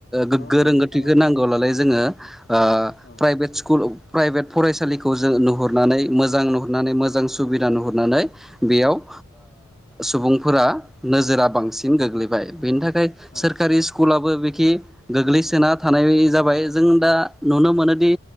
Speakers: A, in the centre; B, on the left.
A: गोगो
B: औ नंगौ
A: रोंगौथिखौ
B: नोंथां औ
A: नांगौब्लालाय जोङो ओ प्राइभेट
B: औ
A: स्कुल प्राइभेट फरायसालिखौ जों नुहुरनानै मोजां नु हरनानै मोजां
B: औ
A: सुबिदा नुहुरनानै
B: औ
A: बेयाव
B: औ
A: सुबुंफोरा नोजोरा बांसिन गोग्लैबाय
B: औ
A: बेनि थाखाय
B: औ
A: सोरखारि स्कुलाबो खि गोग्लैसोना थानाय जाबाय जों दा नुनो मोनोदि